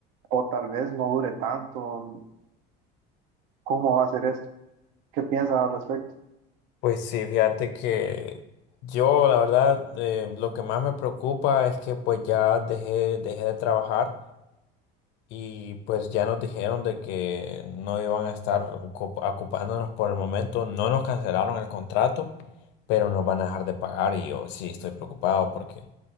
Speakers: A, on the right; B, on the left.
A: o tal vez no dure tanto, ¿Cómo va a ser esto? ¿Qué piensas al respecto?
B: Pues sí, fíjate que yo la verdad eh, lo que más me preocupa es que pues ya dejé, dejé de trabajar y pues ya nos dijeron de que no iban a estar ocup- ocupándonos por el momento, no nos cancelaron el contrato, pero nos van a dejar de pagar y yo sí estoy preocupado porque